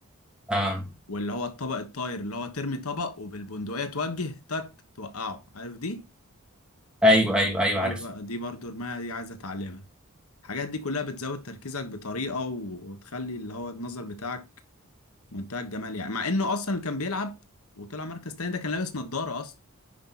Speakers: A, in the centre; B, on the left.
A: اه
B: واللي هو الطبق الطاير اللي هو ترمي طبق وبالبندقية توجه تك توقعه عارف دي
A: ايوه ايوه ايوه
B: دي
A: عارف
B: بقى دي برضو رماية دي عايز اتعلمها الحاجات دي كلها بتزود تركيزك بطريقة وتخلي اللي هو النظر بتاعك منتهى الجمال يعني مع انه اصلا اللي كان بيلعب وطلع مركز تاني ده كان لابس نظارة اصلا